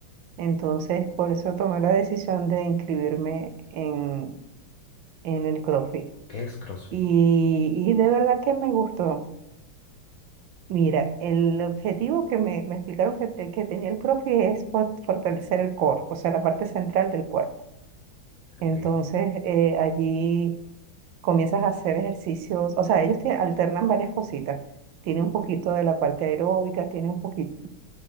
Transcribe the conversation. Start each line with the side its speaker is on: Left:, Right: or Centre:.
Right: Entonces, por eso tomé la decisión de inscribirme en, en el CrossFit.
Left: ¿Qué es CrossFit?
Right: Y, y de verdad que me gustó. Mira, el objetivo que me, me explicaron que, te- que tenía el profe es for- fortalecer el core, o sea, la parte central del cuerpo. Entonces,
Left: Ok.
Right: eh, allí comienzas a hacer ejercicios, o sea, ellos te alternan varias cositas. Tiene un poquito de la parte aeróbica, tiene un poquito,